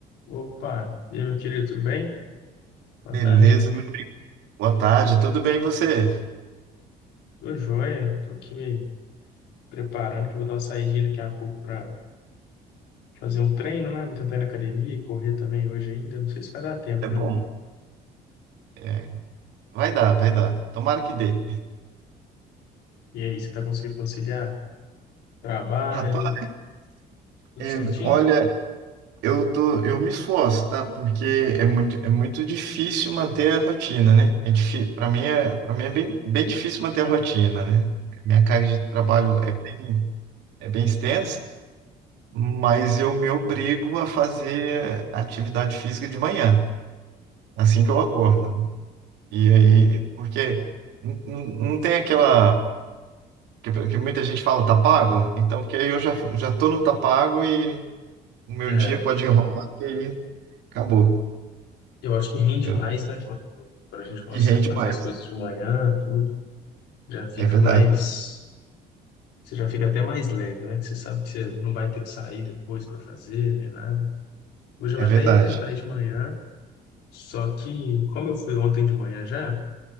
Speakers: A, on the left (about 85°); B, on the right (about 85°).
A: Opa, e aí, meu querido, tudo bem? Boa
B: Beleza,
A: tarde.
B: meu. Boa tarde, tudo bem e você?
A: Tô joia, tô aqui me preparando, que eu vou dar uma saidinha daqui a pouco para fazer um treino, né? Vou tentar ir na academia e correr também hoje ainda. Não sei se vai dar tempo,
B: É bom,
A: né?
B: é, vai dar, vai dar. Tomara que dê.
A: E aí, você tá conseguindo conciliar trabalho,
B: Rapaz,
A: tudo
B: é,
A: certinho?
B: olha, eu tô, eu me esforço, tá? Porque é muito, é muito difícil manter a rotina, né? É difícil, para mim é, para mim é bem, bem difícil manter a rotina, né? Minha carga de trabalho é bem, é bem extensa, mas eu me obrigo a fazer atividade física de manhã, assim que eu
A: Uhum.
B: acordo. E aí, porque não, não não tem aquela Que, que muita gente fala tá pago, então porque aí eu já, já tô no tá pago e o meu
A: É,
B: dia pode enrolar e aí acabou.
A: eu acho que rende
B: Eu,
A: mais, né? Quando a gente consegue
B: e rende
A: fazer
B: mais.
A: as coisas de manhã, tudo, já fica
B: É verdade,
A: mais. Você já fica até mais leve, né? Que você sabe que você não vai ter que sair depois para fazer, nem nada. Hoje eu
B: é
A: até
B: verdade.
A: ia tentar ir de manhã, Só que, como eu fui ontem de manhã já,